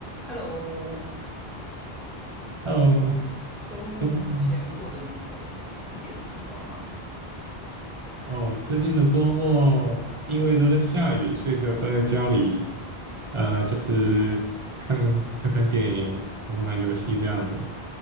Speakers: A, in the centre; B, on the right.
A: Hello，
B: 哦，
A: 周周末目前过得如何？
B: 周末
A: 有什么特别的计划吗？
B: 哦，最近的周末因为都在下雨，所以就待在家里，呃，就是看看看电影、玩玩游戏这样子。